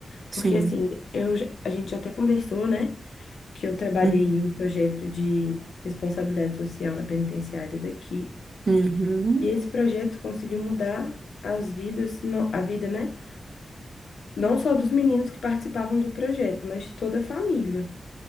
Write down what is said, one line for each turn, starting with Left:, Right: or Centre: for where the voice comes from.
Right: Sim.
Left: Porque, assim, eu, já- a gente até conversou, né, que eu trabalhei
Right: Uhum.
Left: em um projeto de responsabilidade social na penitenciária daqui.
Right: Uhum.
Left: E esse projeto conseguiu mudar as vidas, não- a vida, né? Não só dos meninos que participavam do projeto, mas de toda a família.